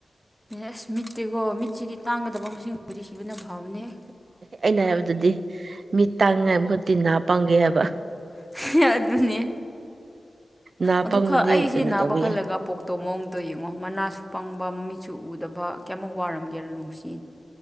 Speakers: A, in the centre; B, on the right.
A: ꯑꯁ ꯃꯤꯠꯇꯤꯀꯣ ꯃꯤꯠꯁꯤꯗꯤ ꯇꯥꯡꯒꯗꯕ ꯃꯁꯤꯡꯕꯨꯗꯤ ꯁꯤꯕꯅ ꯐꯕꯅꯦꯍꯦ
B: ꯑꯩꯅ ꯍꯥꯏꯕꯗꯨꯗꯤ ꯃꯤꯠ ꯇꯥꯡꯅꯤꯡꯉꯥꯏ ꯚꯨꯠꯀꯤ ꯅꯥ ꯄꯪꯒꯦ ꯍꯥꯏꯕ
A: <unintelligible> ꯑꯗꯨꯅꯦ
B: ꯅꯥ
A: ꯑꯗꯨ
B: ꯄꯪꯕꯗꯤ
A: ꯈꯛ ꯑꯩꯁꯦ
B: ꯀꯩꯅꯣ
A: ꯅꯥꯕ
B: ꯇꯧꯕ
A: ꯈꯜꯂꯒ
B: ꯌꯥꯏ
A: ꯄꯣꯛꯇꯣ ꯃꯑꯣꯡꯗꯣ ꯌꯦꯡꯉꯣ ꯃꯅꯥꯁꯨ ꯄꯪꯕ ꯃꯃꯤꯠꯁꯨ ꯎꯗꯕ ꯀꯌꯥꯃꯨꯛ ꯋꯥꯔꯝꯒꯦꯔ ꯅꯨꯡꯁꯤ